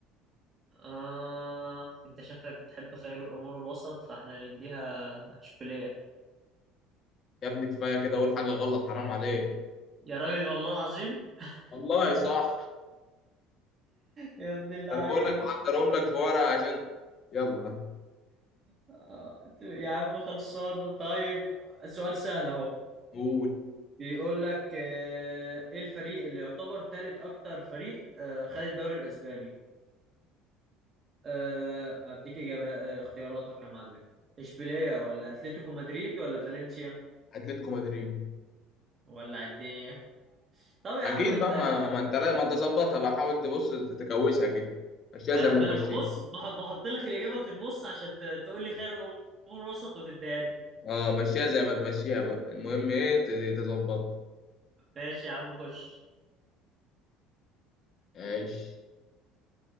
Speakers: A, on the right; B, on the left.
A: آه أنت شكلك بتحب خير الأمور الوسط فإحنا نديها إشبيلية
B: يا ابني كفايه كده اقول حاجه غلط حرام عليك
A: يا راجل والله العظيم <laughs>
B: والله صح
A: يا ابن اللعيبة
B: انا بقول لك محضرهم لك في ورقه عشان يلا
A: آه، يا عم خلصانة طيب سؤال سهل اهو
B: قول
A: بيقول لك آه، ايه الفريق اللي يعتبر ثالث اكتر فريق آه، خد الدوري الاسباني آه، اديك اجابة آه، اختياراتك يا معلم اشبيلية ولا اتلتيكو مدريد ولا فالنسيا
B: اتلتيكو مدريد
A: ولا الدنيا طب يا
B: اكيد
A: عم ما انت
B: بقى ما, ما انت لا- ما انت ظبطها بقى حاول تبص تتكوشها كده مشيها
A: ما
B: زي
A: انا
B: ما
A: ما
B: تمشيها
A: انا بص بح- بحط لك الاجابه في النص عشان ت- تقول لي خير الامور وسط وتدهاني
B: اه مشيها زي ما تمشيها بقى المهم ايه ت- تظبطها
A: ماشي يا عم خش
B: عيش